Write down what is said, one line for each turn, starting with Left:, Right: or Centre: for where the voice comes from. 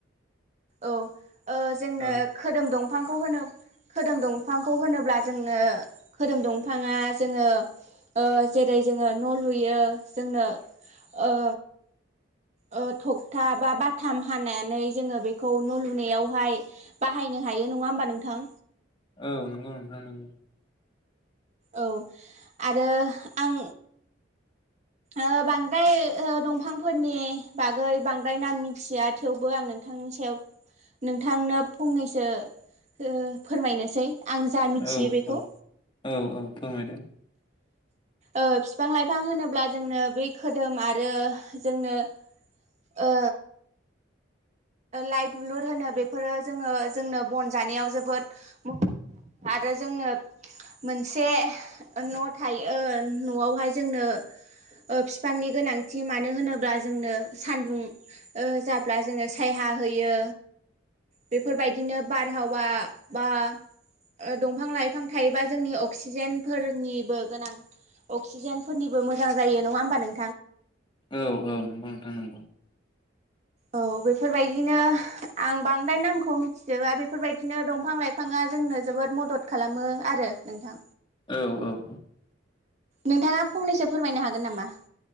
Right: औ ओ जोंनो
Left: औ
Right: खोदोम दंफांखौ होनो खोदोम दंफांखौ होनोब्ला जोंनो खोदोम दं फाङा जोङो ओ जेरै जोङो न' लुयो जोंनो ओ ओ थगथा बा बाथाम हानानै जोङो बेखौ न' लुनायावहाय बाहायनो हायो नङा होमबा नोंथां
Left: औ नंगौ नोंथां नंगौ
Right: औ आरो आं ओ बांद्राय ओ दंफांफोरनि बागै बांद्राय नाम मिथिया थेवबो आं नोंथांनि सायाव नोंथांनो फंनैसो फो फोरमायनोसै आं जा मिथियो
Left: औ
Right: बेखौ
Left: औ औ औ फोरमायदो
Right: ओ बिफां लाइफां होनोब्ला जोंनो बै खोदोम आरो जोंनो ओ लाइ दुलुर होनो बेफोरो जोङो जोंनो बन जानायाव जोबोद मस आरो जोंनो मोनसे न' थायो न'आवहाय जोंनो ओ फिफांनि गोनांथि मानो होनोब्ला जोंनो सानदुं ओ जाब्ला जोङो सायहा होयो बेफोर बायदिनो बारहाव वा बा ओ दंफां लाइ फां थायोबा जोंनि अक्सिजेनफोरनिबो गोनां अक्सिजेनफोरनिबो मोजां जायो नङा होमबा नों
Left: औ औ नोंगौ नोंथां नंगौ।
Right: औ बेफोरबायदिनो आं बांद्राय नामखौ मिथिजोबा बेफोरबायदिनो दंफां-लाइफाङा जोंनो जोबोद मदद खालामो आरो नोंथां।
Left: औ औ औ
Right: नोंथाङा फंनैसो फोरमायनो हागोन नामा?